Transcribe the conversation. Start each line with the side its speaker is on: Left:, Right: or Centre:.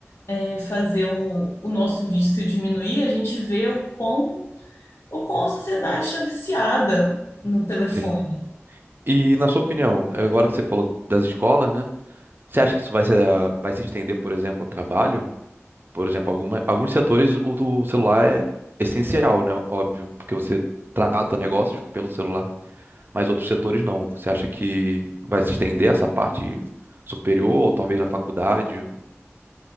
Left: é, fazer o, o nosso vício diminuir, a gente vê o quão, o quão a sociedade está viciada no telefone.
Right: Sim. E na sua opinião, é agora que você falou das escolas, né? Você acha que isso vai se, ah, vai se estender, por exemplo, ao trabalho? Por exemplo, alguma, alguns setores o, do celular é essencial, né? Óbvio, porque você trata negócios pelo celular, mas outros setores não. Você acha que vai se estender essa parte superior, ou talvez na faculdade?